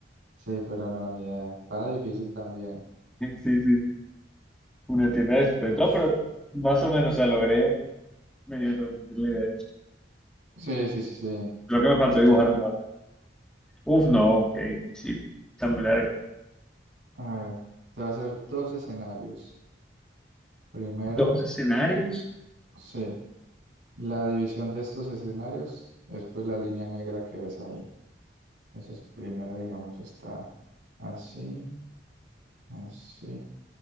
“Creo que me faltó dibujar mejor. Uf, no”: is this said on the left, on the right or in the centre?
Centre